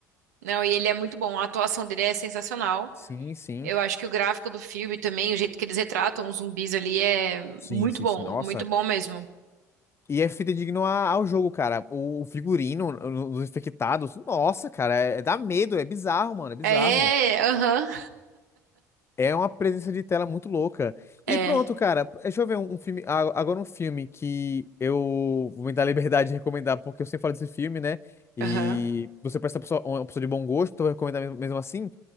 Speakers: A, on the right; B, on the left.
A: Não, e ele é muito bom, a atuação dele é sensacional.
B: Sim, sim.
A: Eu acho que o gráfico do filme também, o jeito que eles retratam os zumbis ali é
B: Sim,
A: muito
B: sim,
A: bom,
B: sim, nossa.
A: muito bom mesmo.
B: E é fidedigno a- ao jogo, cara. O, o figurino, os infectados. Nossa, cara, é, é dá medo, é bizarro, mano, é bizarro.
A: É, aham.
B: É uma presença de tela muito louca.
A: É,
B: E pronto, cara. Deixa eu ver um, um filme. a- Agora um filme que eu vou me dar <laughs> a liberdade de recomendar, porque eu sempre falo desse filme, né? E
A: aham.
B: você parece uma pessoa, uma pessoa de bom gosto, então eu vou recomendar mesmo, mesmo assim.